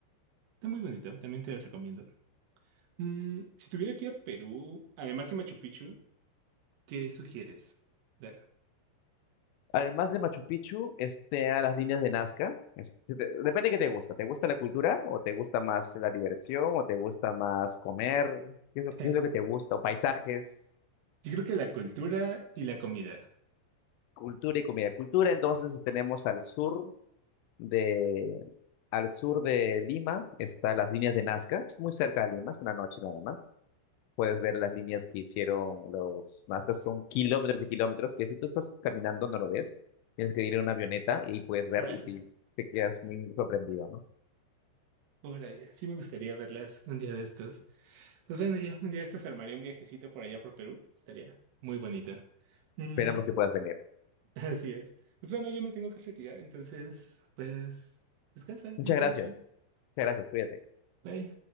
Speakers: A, on the right (about 80°); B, on the left (about 80°).
A: está muy bonito, también te lo recomiendo. Mm, si tuviera que ir a Perú, además de Machu Picchu, ¿qué sugieres? Ver.
B: Además de Machu Picchu, este, a las líneas de Nazca. Este, te- depende de qué te gusta. ¿Te gusta la cultura o te gusta más la diversión o te gusta más comer? ¿Qué es lo, qué
A: <laughs>
B: es lo que te gusta? ¿O paisajes?
A: Yo creo que la cultura y la comida.
B: Cultura y comida. Cultura, entonces tenemos al sur de, al sur de Lima, está las líneas de Nazca, es muy cerca de Lima, es una noche nada más. Puedes ver las líneas que hicieron los Nazcas, son kilómetros y kilómetros, que si tú estás caminando no lo ves, tienes que ir en una avioneta y puedes ver
A: Órale.
B: y te, te quedas muy sorprendido, ¿no?
A: Órale, sí me gustaría verlas un día de estos. Pues bueno, ya un día de estos armaría un viajecito por allá por Perú. Estaría muy bonita. Mm,
B: Esperamos que puedas venir.
A: <laughs> así es. Pues bueno, yo me tengo que retirar, entonces, pues, descansa,
B: Muchas
A: buena
B: gracias.
A: noche.
B: Muchas gracias, cuídate.
A: Bye.